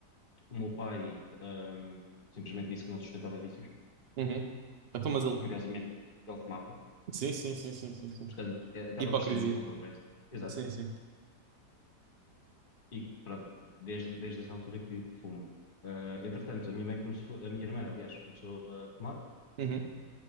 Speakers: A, on the left (about 35°); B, on the right (about 60°).
A: O meu pai, ahm, simplesmente disse que não sustentava vícios.
B: Uhum. Então, mas ele.
A: Curiosamente, ele fumava,
B: Sim, sim, sim, sim, sim, sim.
A: portanto, é- acaba
B: Hipocrisia.
A: por ser uma incongruência. Exato.
B: Sim, sim.
A: E pronto, desde, desde essa altura que, que fumo. Ah, entretanto, a minha mãe começou, a minha irmã, aliás, começou a fumar.
B: Uhum.